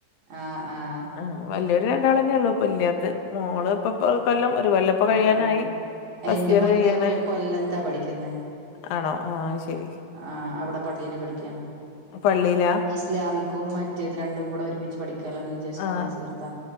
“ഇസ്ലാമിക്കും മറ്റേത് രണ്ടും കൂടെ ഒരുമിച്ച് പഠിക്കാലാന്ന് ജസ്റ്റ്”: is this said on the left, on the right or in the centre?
Right